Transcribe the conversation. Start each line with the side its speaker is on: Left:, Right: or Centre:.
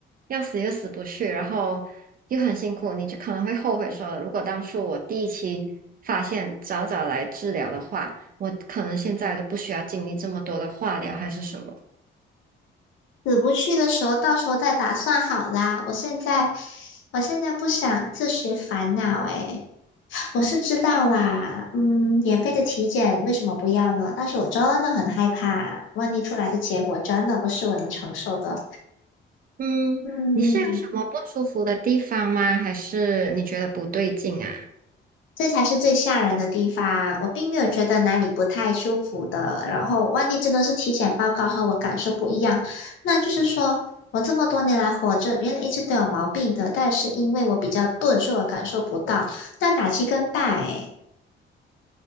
Right: 要死又死不去，然后又很辛苦，你就可能会后悔说，如果当初我第一期发现早早来治疗的话，我可能现在就不需要经历这么多的化疗还是什么。
Left: 死不去的时候，到时候再打算好啦。我现在，我现在不想自寻烦恼，诶。我是知道啦，嗯，免费的体检为什么不要呢？但是我真的很害怕，万一出来的结果真的不是我能承受的，
Right: 嗯，
Left: 嗯，
Right: 你是有什么不舒服的地方吗？还是你觉得不对劲啊？
Left: 这才是最吓人的地方。我并没有觉得哪里不太舒服的，然后万一真的是体检报告和我感受不一样，那就是说我这么多年来活着，原来一直都有毛病的，但是因为我比较钝，所以我感受不到，那打击更大诶。